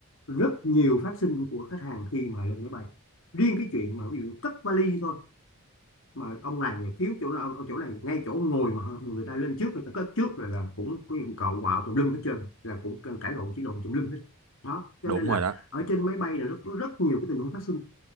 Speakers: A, on the left; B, on the right.
A: rất nhiều phát sinh của khách hàng khi mà lên máy bay riêng cái chuyện mà ví dụ cất vali thôi mà ông này thiếu chỗ nào ở chỗ này ngay chỗ ông ngồi mà người ta lên trước người ta cất trước rồi là cũng có những cậu quạo tùm lum hết trơn là cũng cãi lộn chỉ lộn tùm lum hết đó cho
B: đúng
A: nên là
B: rồi đó
A: ở trên máy bay là nó có rất nhiều cái tình huống phát sinh